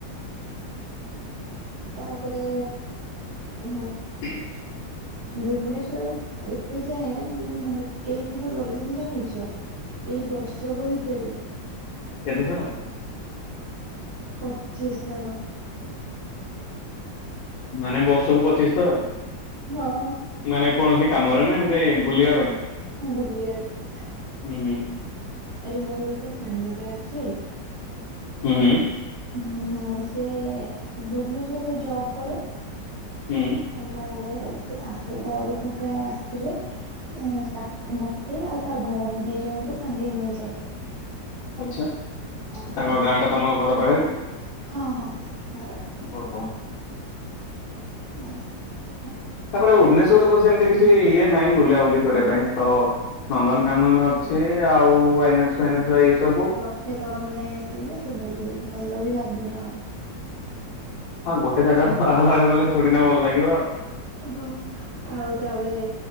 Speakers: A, on the right; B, on the left.
A: ତାପରେ ଆ
B: ହ <inaudible>
A: ଭୁବନେଶ୍ଵର ଏବେ ଯାଏଁ ମୁଁ କେଇଥର ଗଲିଣି ଜାଣିଚ? ଏଇ ବର୍ଷକ ଭିତରେ।
B: କେତେ ଥର?
A: ପଚିଶି ଥର।
B: ମାନେ ବର୍ଷକୁ ପଚିଶି ଥର?
A: ହଁ।
B: ମାନେ କୌଣସି କାମରେନା ଏମିତି ବୁଲିବା ପାଇଁ?
A: ବୁଲିଆକୁ।
B: ହୁଁ ହୁଁ
A: ଆରେ ମୋର ଗୋଟେ ସାଙ୍ଗଟେ ଅଛି
B: ହୁଁ ହୁଁ।
A: ହୁ ସେ ଭୁବନେଶ୍ଵରରେ ଜବ୍ କରେ।
B: ହୁଁ।
A: ହୁଁ ତାପରେ ସେ ଆସେ ଘରକୁ ପ୍ରାୟ ଆସିଲେ ଉ ତାକୁ ମତେ ଆଉ ତା ଭଉଣୀ ଦି ଜଣଙ୍କୁ ସାଙ୍ଗରେ ନେଇଯାଏ।
B: ଆଛା
A: ଆ
B: ତାଙ୍କ
A: ବାସ୍
B: ଗାଁଟା ତମ ଘର ପାଖରେ କି?
A: ହଁ ହଁ ଘର ପାଖେ।
B: ଓହୋ।
A: ବା <inaudible>
B: ତାପରେ ଭୁବନେଶ୍ଵରରେ ତ ସେମିତି କିଛି ଇଏ ନାହିଁ ବୁଲାବୁଲି କରିବା ପାଇଁ ତ ନନ୍ଦନକାନନ ସିଏ ଆଉ ଆଇନକ୍ସ ଫାଇନକ୍ସ ଏଇ ସବୁ।
A: କେତେଥର ମୁଁ ଯାଇ ଆସିଲି ସେ ଭଲ ଭଲ ବି ଲାଗୁନି ଆଉ।
B: ହଁ ଗୋଟେ ଜାଗା ବାର ବାର ଗଲେ ଥୋଡି ନା ଭଲ ଲାଗିବ।
A: ହଁ ଆଉ ତାପରେ